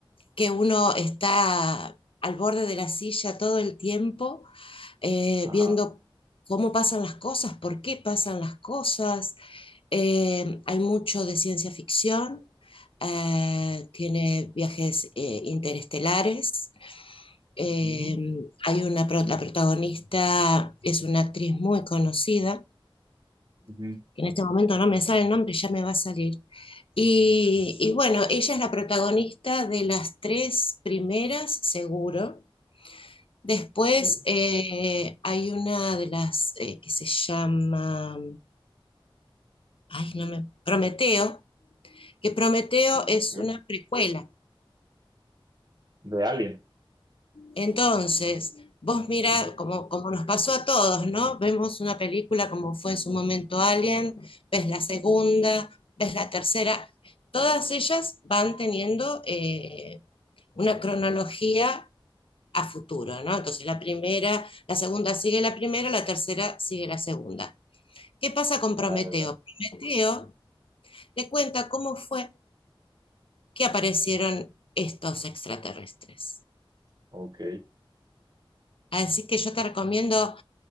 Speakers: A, on the left (about 75°); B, on the right (about 45°).
A: que uno está al borde de la silla todo el tiempo, eh,
B: ajá.
A: viendo cómo pasan las cosas, por qué pasan las cosas. Eh, hay mucho de ciencia ficción, eh, tiene viajes eh, interestelares eh,
B: Ujú,
A: hay una, la protagonista es una actriz muy conocida,
B: ujú,
A: que en este momento no me sale el nombre, ya me va a salir. Y, y bueno, ella es la protagonista de las tres primeras, seguro. Después
B: ok,
A: eh, hay una de las eh, que se llama, ay, no me, Prometeo, que Prometeo
B: ah,
A: es
B: ok.
A: una precuela.
B: De Alien.
A: Entonces, vos mira,
B: Ujú.
A: como, como nos pasó a todos, ¿no? Vemos una película como fue en su momento Alien, ves la segunda, ves la tercera, todas ellas van teniendo eh, una cronología a futuro, ¿no? Entonces la primera, la segunda sigue la primera, la tercera sigue la segunda. ¿Qué pasa con
B: Ya,
A: Prometeo?
B: ya, ya.
A: Prometeo le cuenta cómo fue que aparecieron estos extraterrestres.
B: Ok.
A: Así que yo te recomiendo